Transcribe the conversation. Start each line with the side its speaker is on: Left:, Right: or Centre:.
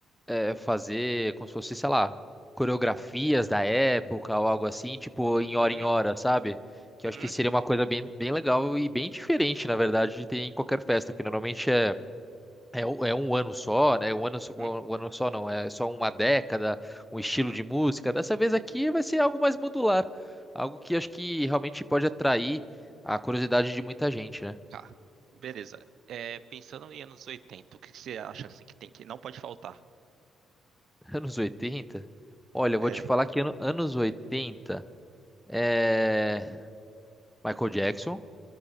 Centre: é, fazer como se fosse, sei lá, coreografias da época ou algo assim, tipo em hora
Right: uhum.
Centre: em hora, sabe? Que
Right: Uhum,
Centre: eu acho que seria uma coisa bem, bem legal e bem diferente, na verdade, de ter em qualquer festa, porque normalmente é, é, um é um ano só, né? Um ano, só-
Right: uhum,
Centre: um um ano só não, é só uma década, um estilo
Right: uhum.
Centre: de música. Dessa vez aqui vai ser algo mais modular, algo que acho que realmente pode atrair a curiosidade de muita gente, né?
Right: Tá. Beleza. É, pensando em anos oitenta o que que você acha assim que tem que não pode faltar?
Centre: <laughs> Anos oitenta Olha, eu
Right: É,
Centre: vou te falar que ano- anos 80 eh, Michael Jackson.